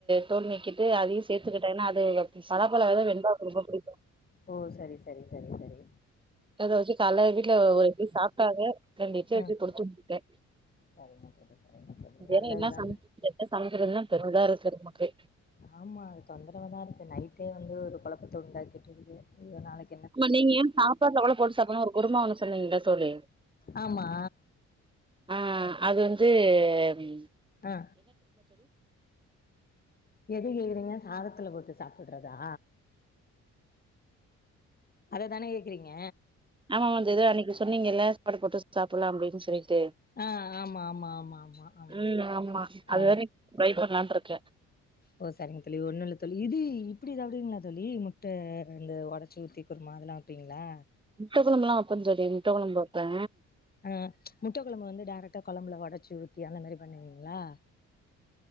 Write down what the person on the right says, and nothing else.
தோல் நீக்கிட்டு அதையு சேர்த்துக்கிட்டன்னா அது பலாப்பழ வெத வெண்பாக்கு ரொம்ப பிடிக்கு
அத வச்சு கால்ல வீட்ல ஒரு இட்லி சாப்ட்டாங்க ரெண்டு இட்லி வச்சு
குடுத்து வுட்டுட்ட
வேற
என்ன சமைக்க என்ன சமைக்கதுன்னு பெரு இதா இருக்கு நமக்கு
ஆமா நீங்க ஏ சாப்பாட்ல கூட போட்டு சாப்பட்னு ஒரு குருமா ஒன்னு சொன்னீங்கள தோழி
அ அது வந்து ம்
ஆமாமா அந்த எதோ அன்னைக்கு சொன்னீங்கல்ல சாப்பாடு போட்டு சாப்பிடலாம் அப்டின்னு சொல்லிட்டு
ம்
அது
வேற ட்ரை பண்ணலானு இருக்க
முட்ட கொழம்புல்லா வெப்ப தோழி முட்ட கொழம்பு வெப்பே